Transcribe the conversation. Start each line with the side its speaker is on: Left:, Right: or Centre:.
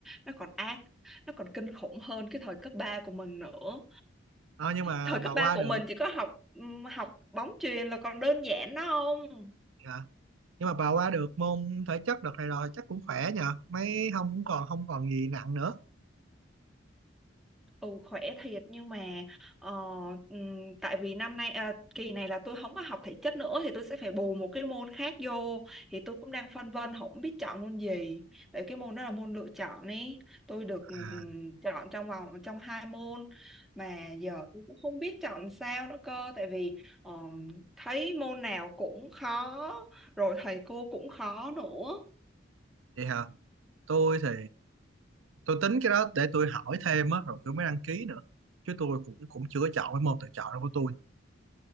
Centre: nó còn ác, nó còn kinh khủng hơn cái thời cấp 3 của mình nữa.
Right: à, nhưng mà
Centre: Thời
Right: bà
Centre: cấp
Right: qua
Centre: 3 của
Right: được
Centre: mình chỉ có học ừm, học bóng chuyền là còn đơn giản đó không?
Right: hả nhưng mà bà qua được môn thể chất đợt này rồi chắc cũng khỏe nhờ mấy không cũng còn không còn gì nặng nữa
Centre: Ừ khỏe thiệt nhưng mà ờ, ừm, tại vì năm nay à, kỳ này là tôi không có học thể chất nữa thì tôi sẽ phải bù một cái môn khác vô thì tôi cũng đang phân vân không biết chọn môn gì tại cái môn đó là môn lựa chọn ấy tôi được ừm,
Right: à
Centre: chọn trong vòng trong hai môn mà giờ tôi cũng không biết chọn sao nữa cơ tại vì ờ, thấy môn nào cũng khó rồi thầy cô cũng khó nữa
Right: vậy hả tôi thì tôi tính cái đó để tôi hỏi thêm á rồi tôi mới đăng ký nữa chứ tôi cũng cũng chưa có chọn cái môn tự chọn đó của tôi